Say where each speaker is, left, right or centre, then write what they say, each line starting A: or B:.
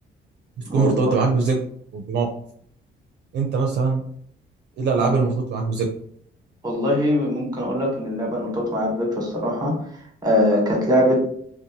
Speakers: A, on the right; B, on the right.
A: بتكون
B: والله
A: مرتبطه معاك بذكرى او بموقف انت مثلا ايه الالعاب
B: كنت
A: اللي مرتبطه معاك بذكرى
B: والله ممكن اقول لك ان اللعبه المرتبطه معايا بذكرى الصراحه آه كانت لعبه